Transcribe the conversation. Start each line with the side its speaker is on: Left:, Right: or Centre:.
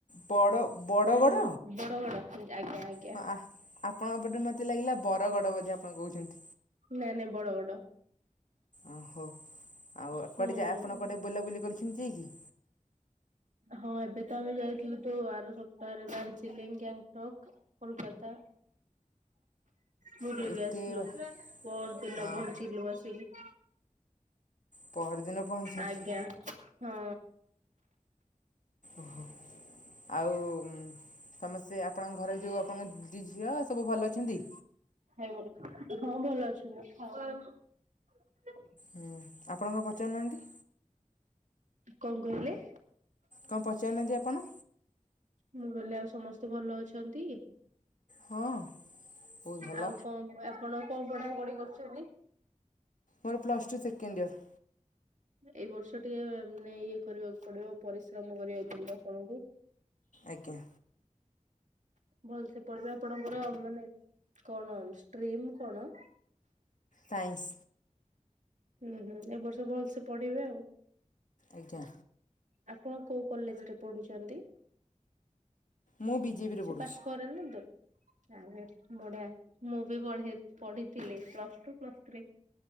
Left: ବଡ଼ ବଡ଼ଗଡ଼
Right: ଆ ବଡଗଡ ଆଜ୍ଞା ଆଜ୍ଞା।
Left: ହଁ ଆ- ଆପଣଙ୍କ ପଟେ ମତେ ଲାଗିଲା ବରଗଡ ବୋଧେ ଆପଣ କହୁଛନ୍ତି।
Right: ନାଇଁ ନାଇଁ ବଡଗଡ।
Left: ଓ ହୋ ଆଉ
Right: ହୁଁ
Left: କୁଆଡେ ଯା ଆପଣ କୁଆଡେ ବୁଲାବୁଲି କରିଛନ୍ତି କି?
Right: ହଁ ଏବେ ତ ଆମେ ଯାଇଥିଲୁ ତୁ ଆର ସପ୍ତାହରେ ଦାର୍ଜିଲିଂ ଗ୍ୟାଙ୍ଗଟକ। କୋଲକାତା। ବୁର୍ଲିକି
Left: ଓ ଏତେ
Right: ଆସିଲୁ
Left: ବା-
Right: ପହର ଦିନ
Left: ହଁ
Right: ବହଞ୍ଚିଲୁ ଆସିକି।
Left: ପହରଦିନ ପହଞ୍ଚିଛନ୍ତି
Right: ଆଜ୍ଞା ହଁ।
Left: ଓହୋ। ଆଉ ଉଁ ସମସ୍ତେ ଆପଣଙ୍କ ଘରେ ଯୋଉ ଆପଣଙ୍କ ଦିି ଝିଅ ସବୁ ଭଲ ଅଛନ୍ତି?
Right: ଖାଇବଳି ହଁ ଭଲ ଅଛି ଲୋ <unintelligible>
Left: ହୁଁ ଆପଣଙ୍କ କଣ ପଚାରୁ ନାହାଁନ୍ତି?
Right: କଣ କହିଲେ?
Left: କଣ ପଚାରି ନାହାଁନ୍ତି ଆପଣ?
Right: ମୁଁ କହିଲି ଆଉ ସମସ୍ତେ ଭଲ ଅଛନ୍ତି?
Left: ହଁ ବହୁତ ଭଲ
Right: ଆଉ କଣ ବ ଆପଣ କଣ ପଢାପଢି କରୁଛନ୍ତି?
Left: ମୋର ପ୍ଲସ ଟୁ ସେକେଣ୍ଡ ଇୟର।
Right: ଏଇ ବର୍ଷ ଟିକେ ମାନେ ଇଏ କରିବାକୁ ପଡିବ ପରିଶ୍ରମ କରିବାକୁ ପଡିବ ଆପଣଙ୍କୁ।
Left: ଆଜ୍ଞା।
Right: ଭଲ ସେ ପଢିବେ ଆପଣଙ୍କର ମାନେ କଣ ଷ୍ଟ୍ରିମ୍ କଣ?
Left: ସାଇନ୍ସ।
Right: ହୁଁ ହୁଁ ଏ ବର୍ଷ ଭଲସେ ପଢିବେ ଆଉ।
Left: ଆଜ୍ଞା।
Right: ଆପଣ କୋଉ କଲେଜ ରେ ପଢୁଛନ୍ତି?
Left: ମୁଁ ବିଜେପିରେ
Right: ସେ
Left: ପଢ଼ୁଛି
Right: ପାଖରେ ନା ଦୁର୍? ଆରେ ବଢିଆ ମୁଁ ବି ବଢେ ପଢିଥିଲି ପ୍ଲସ ଟୁ ପ୍ଲସ ଥ୍ରୀ।